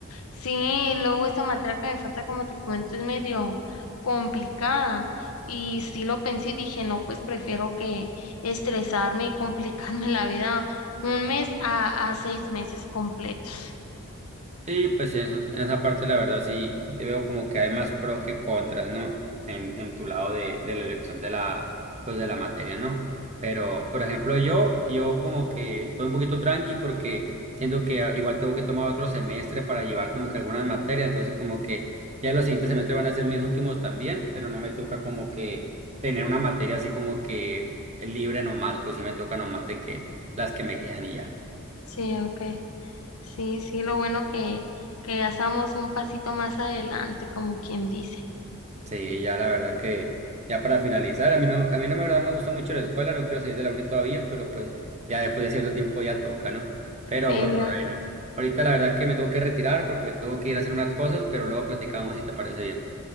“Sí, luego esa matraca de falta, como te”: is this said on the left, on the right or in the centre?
Left